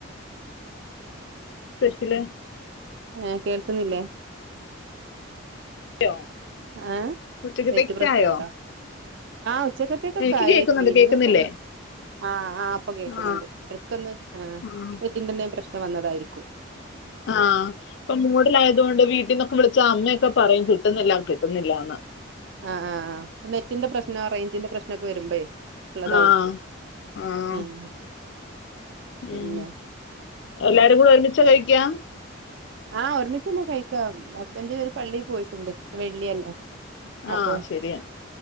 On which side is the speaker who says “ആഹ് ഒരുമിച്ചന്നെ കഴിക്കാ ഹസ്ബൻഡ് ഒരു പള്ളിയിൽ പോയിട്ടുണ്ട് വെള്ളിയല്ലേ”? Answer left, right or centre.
Right